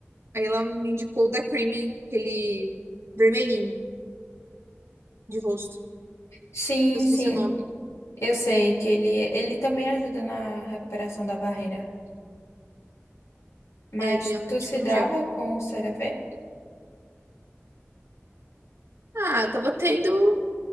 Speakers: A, on the right; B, on the left.
A: aí ela me indicou o da Creamy, aquele vermelhinho de rosto.
B: Sim,
A: Eu esqueci
B: sim.
A: o nome.
B: Eu sei que ele, ele também ajuda na recuperação da barreira. Mas
A: É, que ele é um
B: tu
A: tipo
B: se dava
A: um gel.
B: com o CeraVe?
A: Ah, eu tava tendo.